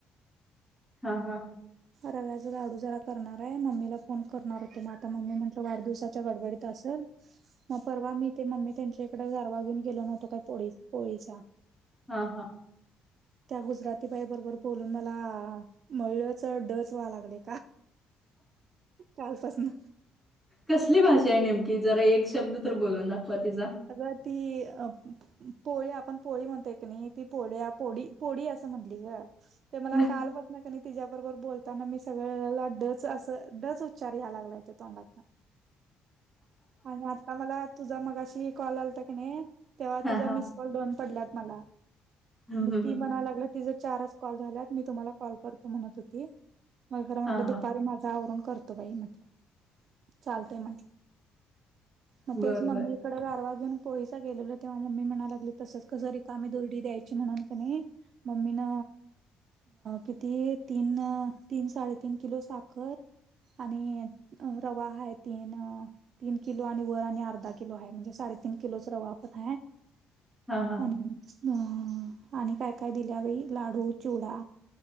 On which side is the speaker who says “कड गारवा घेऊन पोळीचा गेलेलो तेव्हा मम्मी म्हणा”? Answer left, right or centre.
Right